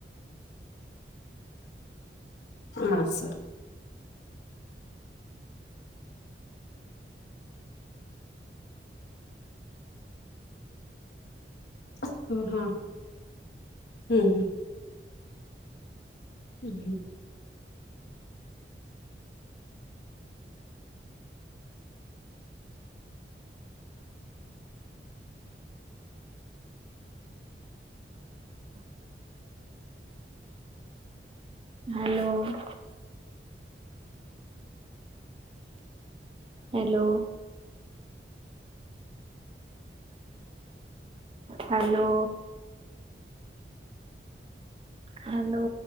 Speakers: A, on the left; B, on the right.
A: हां अस! हों हां हुं हुं हुं हुं
B: हॅलो- <inaudible> हॅलो. हॅलो. हॅलो.